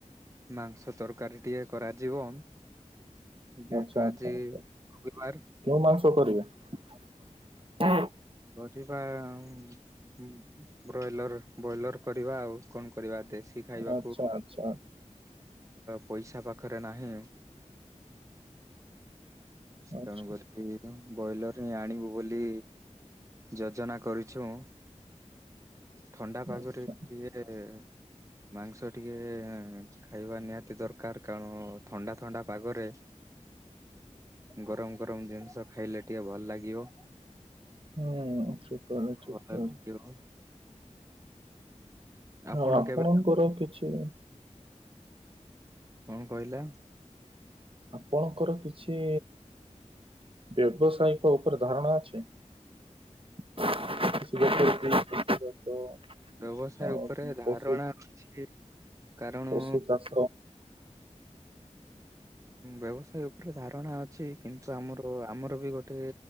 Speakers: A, on the right; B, on the right.
A: ମାଂସ ତରକାରୀ ଟିକେ କରାଯିବ। ଯେତୁ
B: ଆଚ୍ଛା
A: ଆଜି
B: ଆଚ୍ଛା ଆଚ୍ଛା
A: ରବିବାର।
B: <inaudible>
A: <inaudible> ବ୍ରଏଲର, ବଏଲର କରିବା ଆଉ। କ'ଣ କରିବା? ଦେଶୀ ଖାଇବାକୁ
B: ଆଚ୍ଛା ଆଚ୍ଛା
A: ପଇସା ପାଖରେ ନାହିଁ। ତେଣୁ
B: ଆଚ୍ଛା।
A: କ ବଏଲର୍ ହିଁ ଆଣିବୁ ବୋଲି। ଯୋଜନା କରୁଛୁଁ, ଥଣ୍ଡା ପାଗରେ
B: ଆଚ୍ଛା
A: କିଏ ମାଂସ ଟିକେ ଖାଇବା ନିହାତି ଦରକାର୍, କାଣ ଥଣ୍ଡା ଥଣ୍ଡା ପାଗରେ ଗରମ୍ ଗରମ୍ ଜିନ୍‌ଷ ଖାଇଲେ, ଟିକେ ଭଲ ଲାଗିବ।
B: <inaudible>
A: ଭଲ ଲାଗିବ ଆପଣ
B: ଆଉ ଆପଣଙ୍କର
A: କେବେ
B: କିଛି
A: କ'ଣ କଇଲା?
B: ଆପଣଙ୍କର, କିଛି -ବ୍ୟବସାୟିକ ଉପରେ ଧାରଣା ଅଛି। <inaudible>
A: ବ୍ୟବସାୟ
B: ଅ
A: ଉପରେ ଧାରଣା
B: ପଶୁ
A: ଅଛି। କାରଣ
B: ପଶୁ ଚାଷ
A: ବ୍ୟବସାୟ ଉପରେ ଧାରଣା ଅଛି, କିନ୍ତୁ ଆମର ଆମର ବି ଗୋଟେ